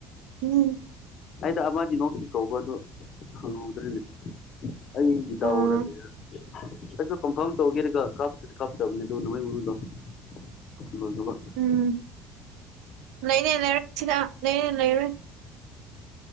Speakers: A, on the right; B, on the left.
A: ꯎꯝ
B: ꯑꯩꯗꯣ ꯑꯃꯗꯤ ꯅꯣꯛꯇꯤ ꯀꯧꯕ ꯑꯗꯨ ꯐꯪꯍꯧꯗ꯭ꯔꯦꯅꯦ ꯑꯩ ꯗꯧꯔꯥꯒꯦ
A: ꯑꯣ
B: <inaudible> ꯑꯩꯁꯨ ꯀꯟꯐꯥꯝ ꯇꯧꯒꯦꯔꯥꯒ ꯀꯥꯞ ꯀꯥꯞꯇꯕꯅꯦ ꯑꯗꯨ ꯅꯣꯡꯃꯩ ꯃꯔꯨꯗꯣ <unintelligible>
A: ꯎꯝ ꯂꯩꯔꯦ ꯂꯩꯔꯦ ꯁꯤꯗꯥ ꯂꯩꯔꯦ ꯂꯩꯔꯦ